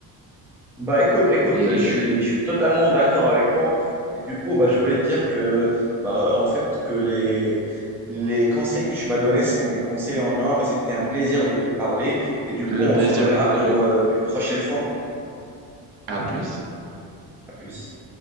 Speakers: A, in the centre; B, on the right (about 65°).
A: Bah écoute, écoute,
B: et
A: je suis, je suis totalement d'accord avec toi. Et du coup, bah, je voulais te dire que, bah, en fait, que les, les conseils que tu m'as donnés sont des conseils en or et c'était un plaisir de te parler. Et du
B: le
A: coup, on
B: plaisir
A: se reverra
B: est partagé.
A: pour euh, une prochaine fois.
B: À plus.
A: À plus.